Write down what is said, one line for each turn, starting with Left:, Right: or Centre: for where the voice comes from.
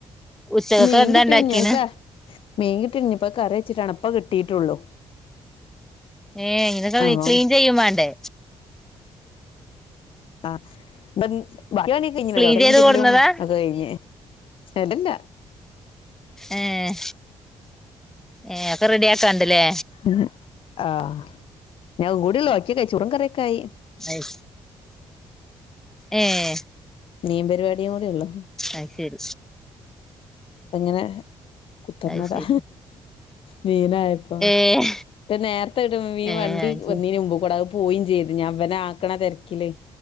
Centre: ഉച്ചക്കൊക്കെ
Left: മീൻ
Centre: എന്താ
Left: കിട്ടിണ്
Centre: ഉണ്ടാക്കീന്
Left: ഞ്ഞ് അത് ക്ക മീൻ കിട്ടി ഇഞ് പ്പത് കറി വെച്ചിട്ടാണം ഇപ്പ കിട്ടിട്ടൊള്ളു
Centre: ഏഹ് ഇ <unintelligible>
Left: അപ്പം
Centre: ക്ലീൻ ചെയ്യും വാണ്ടേ
Left: ആഹ് ബൻ ബാക്കി പണിയൊക്കെ കഴിഞ്ഞ്ണ്‌
Centre: ക്ലീൻ
Left: തൊടക്കലും
Centre: ചെയ്ത്
Left: തിര്മ്പലും
Centre: കൊടുന്നതാ
Left: ഒക്കെ കഴിഞ്ഞ് സ്ഥലല്ല
Centre: ഏഹ് ഏഹ് ഒക്കെ റെഡി ആക്കാണ്ട്ല്ലേ
Left: ആഹ് ആഹ് ഞ് അതും കൂടിയൊള്ളു ബാക്കിയൊക്കെ ആയി ചോറും കറിയൊക്കായി
Centre: അയ് ഏഹ്
Left: മീൻ പരിവാടിം കൂടിയൊള്ളു
Centre: അത് ശെരി
Left: അങ്ങനെ കുത്തിർന്നതാ
Centre: അത് ശരി
Left: മീനായ പ്പോ
Centre: ഏഹ്
Left: ഇപ്പ നേർത്തെ കിട്ടും മീൻ
Centre: ഏഹ്
Left: വണ്ടി
Centre: അത് ശരി
Left: വന്നീന് മുമ്പ് കൂടെ അത് പ്പോയിം ചെയ്തു ഞാ ഇവനെ ആക്ക്ണ തെരക്കില്ലേ